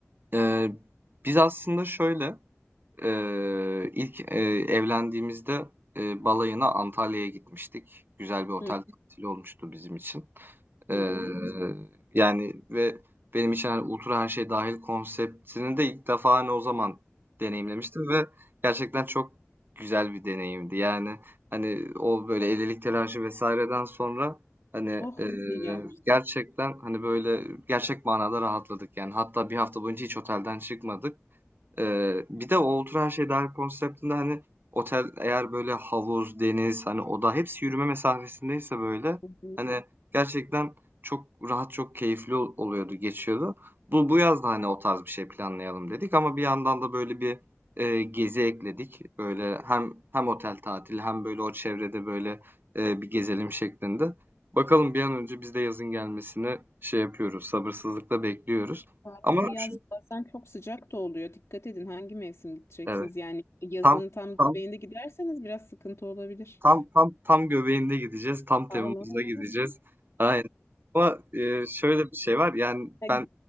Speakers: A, on the right; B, on the left.
A: Eee, biz aslında şöyle eee, ilk eee, evlendiğimizde eee, balayına Antalya'ya gitmiştik. Güzel bir otel
B: Hı
A: tatili olmuştu bizim için.
B: hı.
A: Ee,
B: hı.
A: yani ve benim için hani ultra her şey dahil konseptini de ilk defa hani o zaman deneyimlemiştim ve gerçekten çok güzel bir deneyimdi. Yani hani o böyle elilik telaşı vesaireden sonra hani
B: Oh
A: e,
B: nasıl iyi gelmiş.
A: gerçekten hani böyle gerçek manada rahatladık yani. Hatta bir hafta boyunca hiç otelden çıkmadık. Eee, bir de o Otur Her Şey Dahil konseptinde, hani, otel eğer böyle havuz, deniz, hani, oda hepsi yürüme mesafesindeyse böyle,
B: Hı hı.
A: hani, gerçekten çok rahat, çok keyifli ol oluyordu, geçiyordu. Bu bu yaz da, hani, o tarz bir şey planlayalım dedik ama bir yandan da böyle bir, eee, gezi ekledik. Böyle hem hem otel tatili hem böyle o çevrede böyle, eee, bir gezelim şeklinde. Bakalım bir an önce biz de yazın gelmesini şey yapıyoruz, sabırsızlıkla bekliyoruz.
B: Arkada
A: Ama
B: yaz
A: şu
B: bazen çok sıcak da oluyor. Dikkat edin hangi mevsim gideceksiniz.
A: Evet,
B: Yani yazın
A: tam
B: tam
A: tam
B: göbeğinde giderseniz biraz sıkıntı olabilir.
A: Tam tam tam göbeğinde gideceğiz. Tam Temmuz'da
B: <laughs> Allah.
A: gideceğiz. Aynen. Ama, eee, şöyle bir şey var. Yani
B: Yani
A: ben